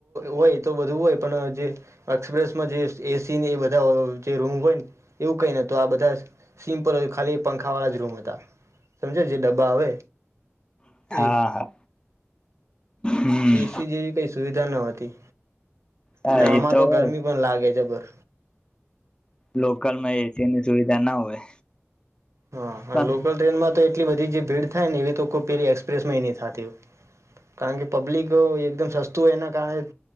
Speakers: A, on the right; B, on the left.
A: હોય તો બધું હોય પણ જે એક્સપ્રેસમાં જે એસીને એ બધા જે રૂમ હોય ને એવું કઈ નને તો આ બધા સિમ્પલય ખાલી પંખા વાળા જ રૂમ હતા સમજ જે ડબ્બા આવે
B: હા
A: એ
B: હા હમ્મ
A: એસી જેવી કઈ સુવિધા જનવતી
B: હા
A: અને
B: એ
A: આમાં તો
B: હોય
A: ગરમી પણ લાગે છે બરોબર
B: લોકલ માં એસી ની સુવિધા ના હોય
A: હા
B: પણ
A: અને લોકલ ટ્રેનમાં તો એટલી બધી જે ભીડ થાય ને એવી તો કોઈ પેલી એક્સપ્રેસમાં નહીં થતી હોય કારણ કે પબ્લિક એકદમ સસ્તું હોય એના કારણે